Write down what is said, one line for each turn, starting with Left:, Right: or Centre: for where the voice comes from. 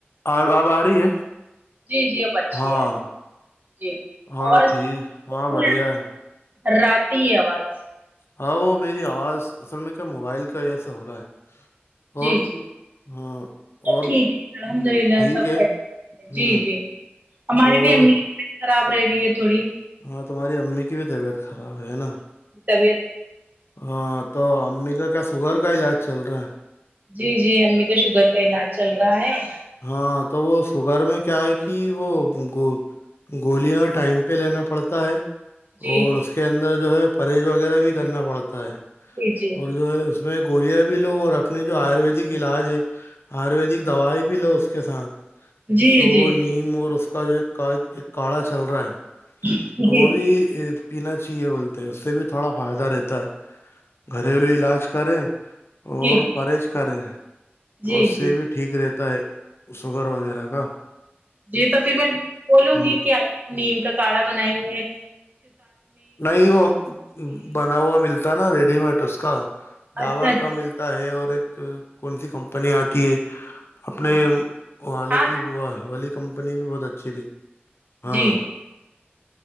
Left: اب آ رہی ہے
Right: جی-جی اب اچھی
Left: ہاں
Right: آ رہی جی
Left: ہاں
Right: آواز
Left: ٹھیک
Right: کنی-
Left: ہاں بڑھیا ہے
Right: رات آواز
Left: ہاں وہ میری آواز اصل میں کیا موبائل کا ایسا ہو رہا ہے-
Right: جی-جی
Left: اور ہاں
Right: سب
Left: اور
Right: ٹھیک ہے الحمد للہ
Left: ٹھیک
Right: سب-
Left: ہے ہوں
Right: جی-جی ہماری
Left: اور
Right: بھی امی کی طبیعت خراب رہ رہی ہے تھوڑی-
Left: ہاں تمہاری امی کی بھی طبیعت خراب ہے نا-
Right: طبیعت
Left: ہاں تو امی کا کیا سوگر کا علاج چل رہا ہے-
Right: جی-جی امی کا شوگر کا علاج چل رہا ہے-
Left: ہاں تو وہ سوگر میں کیا ہے کہ وہ گ- گولیاں ٹائم پہ لینا پڑتا ہے-
Right: جی
Left: اور اس کے اندر جو ہے پرہیز وغیرہ بھی کرنا پڑتا ہے
Right: جی جی
Left: اور جو ہے اس- اس میں گولیاں بھی لو اور اپنے جو آیورویدک علاج ہے آیورویدک دوائی بھی- بھی لو اس کے ساتھ
Right: جی
Left: تو
Right: جی
Left: وہ نیم اور اس کا جو ایک ایک کاڑھا چل رہا ہے-
Right: جی
Left: وہ بھی ا پینا چاہیے بولتے ہیں اس سے بھی تھوڑا فائدہ رہتا ہے گھریلو علاج کریں- اور
Right: جی
Left: پرہیز کریں تو
Right: جی
Left: اس سے
Right: جی
Left: بھی ٹھیک رہتا ہے- شوگر وغیرہ کا-
Right: جی تو پھر میں بولوں
Left: ہ
Right: گی کہ آپ نیم کا کاڑھا بنائے-
Left: نہیں وہ بنا ہوا ملتا- تھا نا ریڈی مٹ اس کا
Right: اچھا
Left: ڈابر کا ملتا- تا ہے اور ایک کون سی کمپنی آتی ہے- اپنے
Right: ہاں
Left: والوں
Right: ہاں
Left: کی والی کمپنی بھی بہت اچھی تھی- ہاں
Right: جی